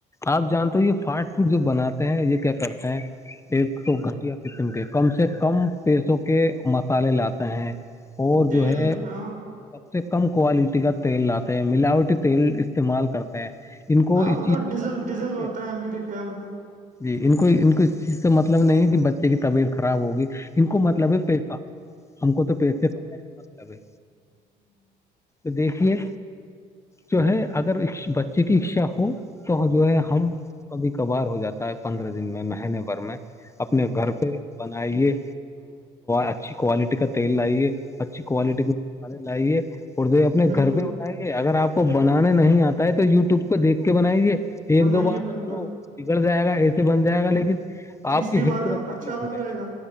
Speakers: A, on the left (about 15°); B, on the right (about 50°).
A: آپ جانتے ہو یہ فاٹ فوٹ جو بناتے ہیں یہ کیا کرتے ہیں ایک تو گٹیا قسم کے کم سے کم پیسوں کے مسالے لاتے ہیں اور
B: تیل
A: جو ہے سب
B: ہاں
A: سے کم کوالٹی کا تیل لاتے ہیں ملاوٹی تیل استعمال کرتے ہیں ان کو
B: ہاں
A: اس
B: وہ
A: چیز
B: تو
A: سے
B: ڈیزل
A: مطلب
B: ڈیزل
A: نہیں
B: ہوتا
A: ہے
B: میرے خیال میں
A: جی ان کو ان کو چیز تو مطلب نہیں ہے کہ بچے کی طبیعت خراب ہوگی ان کو مطلب ہے پیسہ ہم کو تو پیسے کمائے سے مطلب ہے تو دیکھیے جو ہے اگر بچے کی اچشا ہو تو جو ہے ہم کبھی کبھار ہو جاتا ہے پندرہ دن میں مہینے بھر میں اپنے گھر پہ بنائیے اچھی کوالٹی کا تیل لائیے ا اچھی کوالٹی کے مسالے لائیے اور د اپنے
B: بالکل
A: گھر پہ بنائیے اگر آپ کو بنانے نہیں آتا ہے تو یو وب پہ دیکھ کے بنائیے ایک
B: بنائیے
A: دو بار تو
B: بالکل
A: چلو بگڑ جائے گا ایسے بن جائے گا لیکن
B: تیسری
A: آپ کی
B: بار
A: ہیٹ
B: میں
A: بن جائے
B: اچھا
A: گی دھیے
B: گا